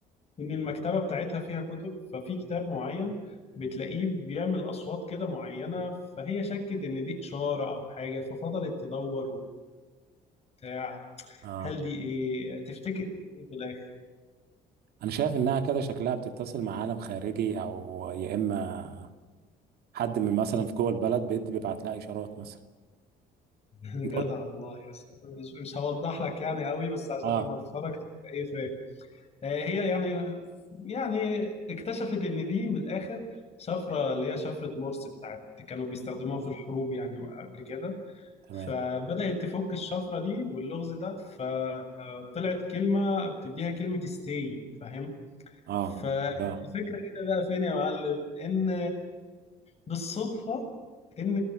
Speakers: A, on the left; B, on the right.
A: إن المكتبة بتاعتها فيها كتب ففي كتاب معين بتلاقيه بيعمل أصوات كده معينة فهي شكت إن دي إشارة أو حاجة ففضلت تدور وبتاع
B: اه
A: هل دي إيه تفتكر دي إيه في الآخر
B: انا شايف انها كده شكلها بتتصل مع عالم خارجي او يا اما حد من مثلا في جوه البلد بيد بيبعت لها اشارات مثلا
A: <laughs> جدع
B: انت قلت
A: والله بس أنا مش مش هوضح لك يعني قوي بس عشان
B: اه
A: لما تتفرج تبقى إيه فاهم آه، هي يعني يعني اكتشفت ان دي من الاخر شفره اللي هي شفره مورس بتاعت كانوا بيستخدموها في الحروب يعني قبل كده
B: تمام
A: فبدات تفك الشفره دي واللغز ده فطلعت كلمه بتديها كلمه ستاي فاهم
B: اه
A: فالفكره
B: ده
A: هنا بقى فين يا معلم ان بالصدفه ان